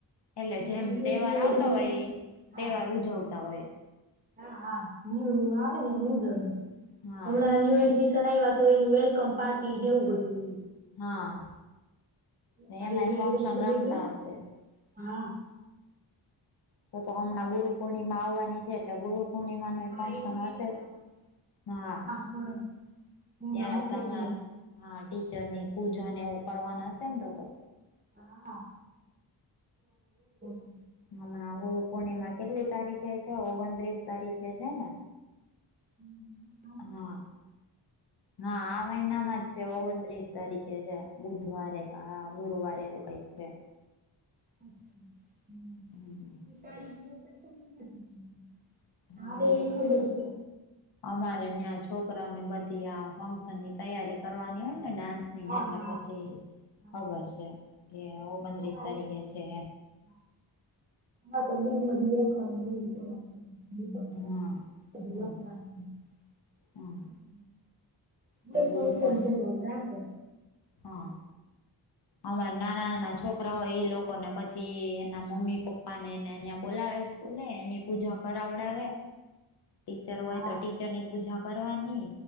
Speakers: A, on the left; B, on the right.
A: એટલે
B: હમણાં
A: જેમ
B: ન્યુ
A: તહેવાર
B: ન્યુ
A: આવતા
B: એડમિશન
A: હોય
B: હા
A: તહેવાર ઉજવતા હોય.
B: હા, હા. ન્યુ-ન્યુ આવે ને એમ ઉજવવે.
A: હા
B: હમણાં ન્યુ એડમિશ શન આઈયા તો એનું વેલકમ પાર્ટી એવું બધું હોય.
A: હા. ને
B: તારી
A: એમાંઈ
B: એને
A: ફંક્શન
B: એડમિશન
A: રાખતા
B: લીધું
A: હશે.
B: હા
A: તો-તો હમણાં ગુરુ પૂર્ણિમા આવવાની સે, એટલે ગુરુ પૂર્ણિમાના એય
B: હા
A: ફંક્શન
B: એનું એ
A: હશે જ.
B: હમણાં
A: હા.
B: થોડાક મહિના
A: ત્યારે
B: હશે
A: તમારા,
B: એનું
A: હા ટીચરનીન પૂજાને એવું કરવાના હશે ને તો-તો.
B: હા. <inaudible>
A: હમણાં ગુરુ પૂર્ણિમા કેટલી તારીખે શે? ઓગણત્રીસ તારીખે સે ને?
B: હમ્મ-હમ્મ.
A: હા. હા. આ મહિનામાં જ છે ઓગણત્રીસ તારીખે છે. બુધવારે કા ગુરુવાર એવું કંઈક છે. <inaudible>
B: <inaudible>
A: હમ હા ગુરુ
B: એ ખબર છે
A: અમારે ન્યાં છોકરાઓને બધી આ ફંક્શનની તૈયારી કરવાની હોય ને ડાન્સ ની
B: હા
A: એટલે
B: હા
A: પછી
B: હા
A: ખબર છે, કે ઓગણત્રીસ
B: અમારે
A: તારીખે છે એમ.
B: <unintelligible> <inaudible>
A: એમ હા હા હા એટલે
B: બસ
A: ગુરુ
B: હવે
A: પણ
B: <unintelligible> આમ રાખો.
A: હા. અમાર નાના- નાના છોકરા હોય ઈ લોકોને પછી એના મમ્મમી-પપ્પા ને એને બોલાવે છ. કૂલે એની પૂજા કરાવડાવે. ટીચર
B: હા
A: હોય તો ટીચરની પૂજા કરવાની.